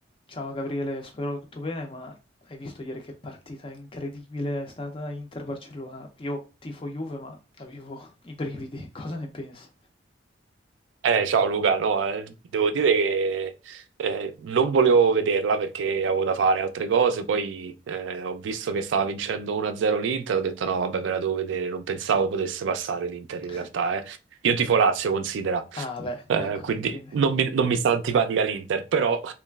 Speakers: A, on the left; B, on the right.
A: Ciao Gabriele, spero tutto bene, ma hai visto ieri che partita incredibile è stata Inter-Barcellona? Io tifo Juve, ma avevo i brividi, <laughs> cosa ne pensi?
B: Eh, ciao Luca, no, eh, devo dire che eh, non volevo vederla perché avevo da fare altre cose, poi eh, ho visto che stava vincendo 1-0 l'Inter, ho detto no, vabbè, me la devo vedere, non pensavo potesse passare l'Inter in
A: <laughs>
B: realtà, eh. Io tifo Lazio, considera,
A: Ah, beh,
B: eh,
A: ecco,
B: quindi
A: quindi...
B: non mi, non mi sta antipatica l'Inter, però